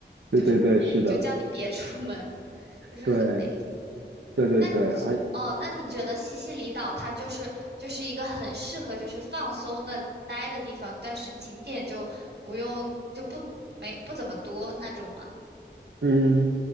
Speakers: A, on the right; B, on the right.
A: 对对对，
B: 就是就叫你别出门，
A: 是的，
B: 就是很那。
A: 对对对对，
B: 那你觉哦，
A: 而
B: 那你觉得西西里岛它就是就是一个很适合就是放松的待的地方，但是景点就不用就不没不怎么多那种吗？
A: 嗯，